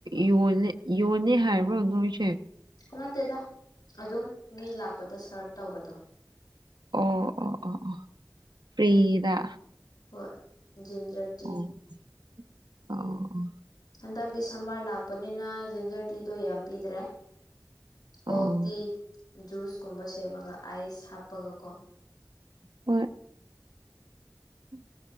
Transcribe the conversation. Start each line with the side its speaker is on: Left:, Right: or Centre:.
Right: ꯌꯣꯟꯅꯤ-ꯌꯣꯟꯅꯤ ꯍꯥꯏꯕ꯭ꯔꯣ ꯅꯣꯏꯁꯦ꯫
Left: ꯅꯠꯇꯦꯗ ꯑꯗꯨꯝ ꯃꯤ ꯂꯥꯛꯄꯗ ꯁ꯭ꯔꯞ ꯇꯧꯕꯗꯣ꯫
Right: ꯑꯣ ꯑꯣ ꯑꯣ ꯑꯣ ꯐ꯭ꯔꯤꯗ꯫
Left: ꯍꯣꯏ ꯖꯤꯟꯖꯔ
Right: ꯑꯣ
Left: ꯇꯤ꯫
Right: ꯑꯣ
Left: ꯍꯟꯗꯛꯇꯤ ꯁꯝꯃꯔ ꯂꯥꯛꯄꯅꯤꯅ ꯖꯟꯖꯔ ꯇꯤꯗꯣ ꯌꯥꯝ ꯄꯤꯗ꯭ꯔꯦ ꯀꯣꯜ
Right: ꯑꯣ
Left: ꯇꯤ ꯖꯨꯁꯀꯨꯝꯕ ꯁꯦꯝꯃꯒ ꯑꯥꯏꯁ ꯍꯥꯞꯄꯒ ꯀꯣ
Right: ꯍ <unintelligible>